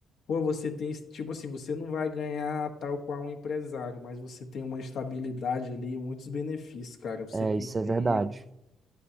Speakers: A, on the left; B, on the right.
A: pô, você tem, tipo assim, você não vai ganhar tal qual um empresário, mas você tem uma estabilidade ali, muitos benefícios, cara. Você
B: É,
A: tem
B: isso é
A: tempo.
B: verdade.